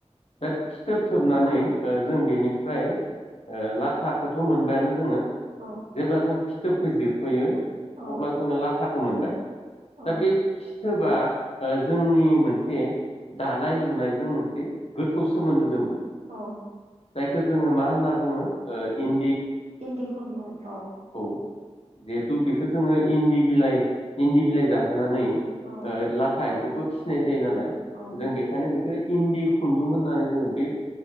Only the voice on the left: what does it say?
दा फिथोब थोबनानै ओ जों बेनिफ्राय ओ लाथाखौथ' मोनबायानो जोङो।
जेब्ला जों फिथोबखो जिरख'यो
अब्ला जोङो लाथा खौ मोनबाय
दा बे फि थोबा ओ जोंनि मोनसे दानाय लुनायजों मोनसे गोथौ सोमोन्दो दोङो
जायखौ जोङो मा होनना बुङो ओ इन
औ दे तु बेखौ जोङो इन्दि बिलाइ इन्दि बिलाइ जाहोनानै
ओ लाथा एम्फौखो फिसिनाय जायो नालाय
जों बेखायनो बे बे इन्दि खुन्दुं होननानै जोङो बे